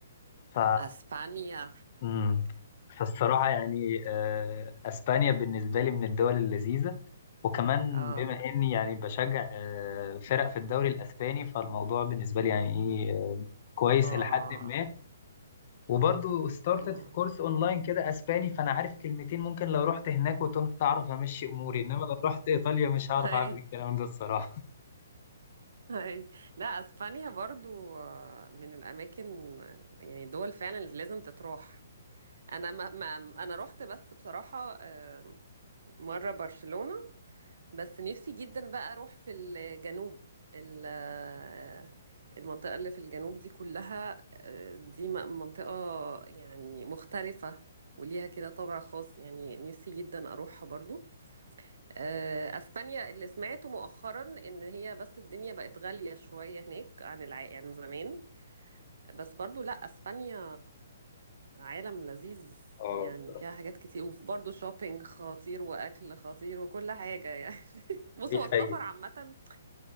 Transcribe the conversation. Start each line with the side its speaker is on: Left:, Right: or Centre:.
Left: ف
Right: اسبانيا
Left: مم. فالصراحه يعني آه، اسبانيا بالنسبه لي من الدول اللذيذه وكمان
Right: اه
Left: بما اني يعني بشجع آه، فرق في الدوري الاسباني فالموضوع بالنسبه لي يعني ايه آه، كويس
Right: اه
Left: الى حد ما وبرضه ستارتت
Right: مم.
Left: في كورس اونلاين كده اسباني فانا عارف كلمتين ممكن لو رحت هناك وتهت اعرف امشي اموري انما لو رحت ايطاليا مش هعرف
Right: هاي
Left: اعمل الكلام ده الصراحه
Right: هاي <laughs> لا اسبانيا برضو آه، من الاماكن يعني دول فعلا اللي لازم تتروح انا ما, ما انا رحت بس بصراحة آه، مرة برشلونة بس نفسي جدا بقى اروح في الجنوب ال- آه، المنطقة اللي في الجنوب دي كلها آه، دي م- منطقة يعني مختلفة وليها كده طابع خاص يعني نفسي جدا اروحها برضو آه، اسبانيا اللي سمعته مؤخرا ان هي بس الدنيا بقت غالية شوية هناك عن الع... عن زمان بس برضو لا اسبانيا عالم لذيذ
Left: اه
Right: يعني
Left: الصراحة.
Right: فيها حاجات كتير وبرضه شوبينج خطير واكل خطير وكل حاجة يعني <laughs> بص
Left: دي
Right: هو
Left: حقيقة
Right: السفر عامة